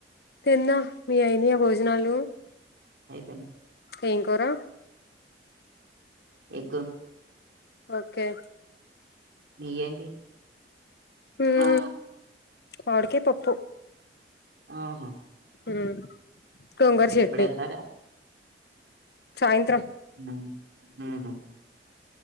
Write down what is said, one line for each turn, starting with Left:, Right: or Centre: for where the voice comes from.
Left: తిన్నా మీ అయినియా భోజనాలు
Right: అయిపోయి
Left: ఏం కూర
Right: ఎగ్
Left: ఓకే
Right: మీ ఏంటి
Left: ఉమ్
Right: ఆ
Left: మామిడికాయ పప్పు
Right: ఆహా
Left: ఉ గోంగూర చట్నీ
Right: ఎప్పుడు వెళ్తారా
Left: సాయంత్రం
Right: ఆ ఆ